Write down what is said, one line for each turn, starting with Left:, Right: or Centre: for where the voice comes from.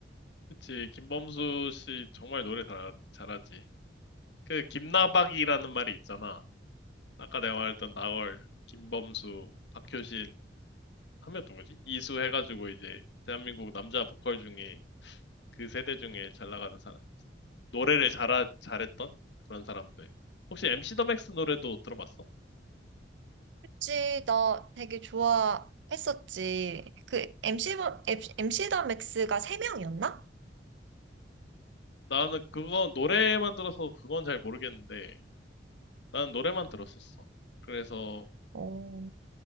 Left: 그치, 김범수 씨 정말 노래 잘, 잘하지. 그 김나박이라는 말이 있잖아. 아까 내가 말했던 나얼, 김범수, 박효신 하면 누구지? 이수 해가지고 이제 대한민국 남자 보컬 중에 그 세대 중에 잘 나가는 사람, 노래를 잘 잘했던 그런 사람들. 혹시 MC 더 맥스 노래도 들어봤어?
Right: 그치, 나 되게 좋아했었지. 그 MC, MC 더 맥스가 세명이었나
Left: 나는 그거 노래만 들어서 그건 잘 모르겠는데 나는 노래만 들었었어. 그래서
Right: 어,